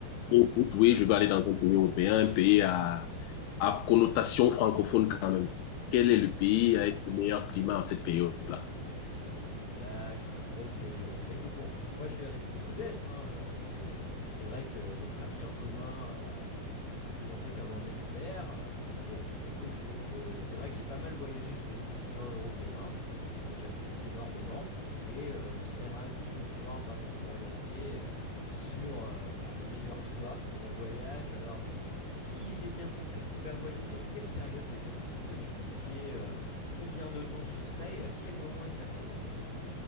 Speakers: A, on the left; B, on the left.
A: oui, je vais aller dans un pays européen, un pays à, à connotation francophone quand même. Quel est le pays avec le meilleur climat en cette période-là?
B: D'accord, ok, je vois. Bah écoute, bon, moi je vais rester modeste. hein, euh, je... C'est vrai que notre ami en commun euh, m'a présenté comme un expert. euh, bon, écoute, je... c'est vrai que j'ai pas mal voyagé sur le continent européen. C'est un continent que j'apprécie énormément et euh, je serais ravi de pouvoir vraiment t'orienter euh, sur euh, bah, les meilleurs choix pour un voyage. Alors, si j'ai bien compris, tu vas voyager à quelle période déjà? Est-ce que tu peux m'expliquer euh, combien de temps ce serait et à quel moment exactement?